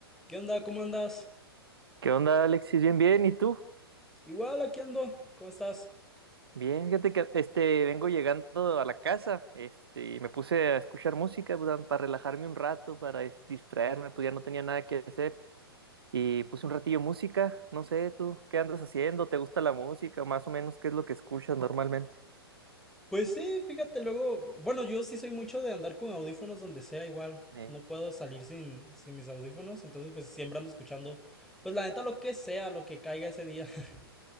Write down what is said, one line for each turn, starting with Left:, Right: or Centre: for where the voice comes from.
Centre: ¿Qué onda? ¿Cómo andas?
Right: ¿Qué onda, Alexis? Bien, bien, ¿y tú?
Centre: Igual, aquí ando. ¿Cómo estás?
Right: Bien, fíjate que este vengo llegando a la casa, este, y me puse a escuchar música pues, para relajarme un rato, para es- distraerme, pues ya no tenía nada que hacer y puse un ratillo música, no sé, tú, ¿qué andas haciendo? ¿Te gusta la música? Más o menos, ¿qué es lo que escuchas normalmente?
Centre: Pues sí, fíjate, luego, bueno, yo sí soy mucho de andar con audífonos donde sea, igual.
Right: Eh,
Centre: No puedo salir sin, sin mis audífonos, entonces pues siempre ando escuchando, pues la neta lo que sea, lo que caiga ese día. <laughs>